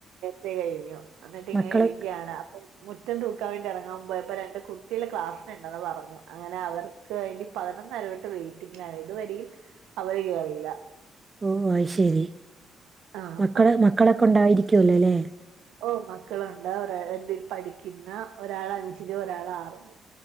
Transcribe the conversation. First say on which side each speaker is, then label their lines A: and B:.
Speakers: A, on the right (about 80°); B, on the right (about 25°).
A: പേ കഴിഞ്ഞു അന്നട്ടിങ്ങനെ
B: മക്കള്
A: ഇരിക്ക്യാണ് അപ്പൊ മുറ്റം തൂക്കാൻ വേണ്ടി എറങ്ങാൻ പോയപ്പ രണ്ട് കുട്ടികള് ക്ലാസ്സിന്ണ്ടെന്ന് പറഞ്ഞു, അങ്ങനെ അവർക്ക് വേണ്ടി പതിനൊ ന്നര തൊട്ട് വെയ്റ്റിങ്ങിലാണ് ഇതുവരെയും അവര് കേറീല.
B: ഓ ഓ അയ്ശരി.
A: ആഹ്
B: മക്കള് മക്കളൊക്കൊണ്ടായിരിക്കൂല്ലലേ?
A: ഓ മക്കളുണ്ട്. ഒരാളെട്ടിൽ പഠിക്കുന്ന്, ഒരാളഞ്ചില്, ഒരാളാറില്.